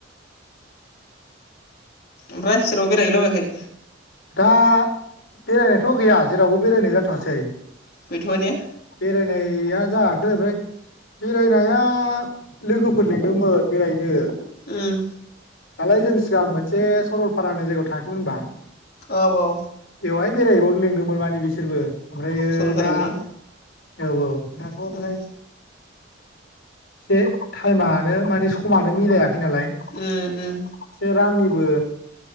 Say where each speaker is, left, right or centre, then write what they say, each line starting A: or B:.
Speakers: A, on the left; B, on the left.
A: ओमफ्राय जेरावबो बेराय हैलाबायाखै?
B: दा बेरायनायथ' गैया जेरावबो बेरायनाय जाथ'सै।
A: गैथ'वा ने
B: बेरायनाया जायाखै ओमफ्राय बेरायनाया लोगोफोर लेंदोंमोन बेराययैनो
A: उम
B: दालाय जों सिगां मोनसे सरलफारा होननाय जायगायाव थाङाखैमोन होनबा?
A: औ औ
B: बेहाय बेरायहबावनो लेंदोंमोन माने बि सोरबो ओमफ्रायो
A: सरलपारायाव
B: दा
A: ने
B: औ औ दाथ'
A: उम
B: ओमफ्राय एसे टाइमानो माने समानो मिलाया खै नालाय एसे
A: उम उम
B: रांनिबो